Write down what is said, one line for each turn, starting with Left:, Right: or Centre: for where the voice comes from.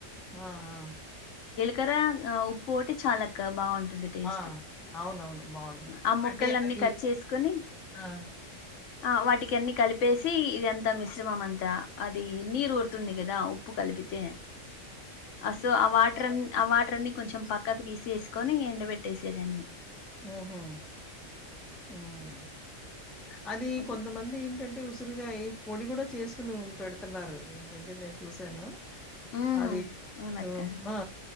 Centre: ఆ ఆ
Left: కార ఉప్పు ఒకటి చాలు అక్క బాగుంటు
Centre: ఆ! అవునవును. బావుంటది.
Left: ఆ ముక్కలు
Centre: అంటే
Left: అన్ని
Centre: అవి
Left: కట్ చేసుకొని
Centre: ఆ!
Left: ఆ వాటికీ అన్ని కలిపెసి సి ఇది అంతా మిశ్రమం అంతా అది నీరు ఊరుతుంది కదా ఉప్పు కలిపితే అసో ఆ వాటర్న్ ఆ వాటర్ అన్ని కొంచెం పక్కకు తీసి వేసుకొని ఎండబెట్టేసేది అన్ని
Centre: ఉహు ఉం అది
Left: ఓకే
Centre: కొంతమంది ఏంటంటే ఉసు తుర్గ ఈ పొడి కూడా చేసుకును పెడుతున్నారు ఈ మధ్య నేను చూశాను
Left: ఉమ్,
Centre: అది
Left: అవునక్క
Centre: ఓ మా